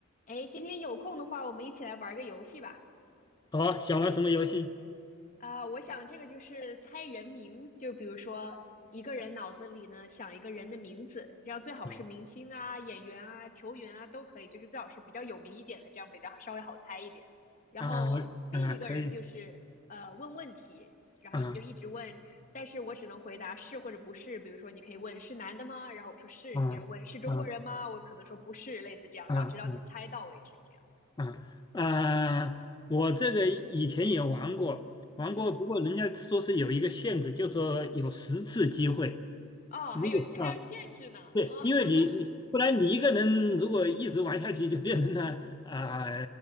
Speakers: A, on the left; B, on the left.
A: 哎，今天有空的话，我们一起来玩个游戏吧。
B: 好，想玩什么游戏？
A: 啊、我想这个就是猜人名，就比如说一个人脑子里呢想一个人的名字，这样最好是明星啊、
B: 啊
A: 演员啊、球员啊都可以，就是最好是比较有名一点的，这样比较稍微好猜一点。然后另一个人就是呃问问题，
B: 啊啊，可以
A: 然后你就一直问，
B: 啊
A: 但是我只能回答是或者不是。比如说你可以问是男的吗？然后我说是，
B: 啊啊
A: 你就问是中国人吗？我可能说不是，类似这样，
B: 啊啊
A: 然后直到你猜到为止，这样。
B: 啊！啊！我这个以前也玩过，玩过，
A: 嗯。
B: 不过人家说是有一个限制，就说有十次机会。
A: 哦，
B: 如果是啊，
A: 还有还有限制呢，
B: 对，
A: 哦
B: 因为你你不然你一个人如果一直玩下去，
A: <laughs>
B: 就变成了啊、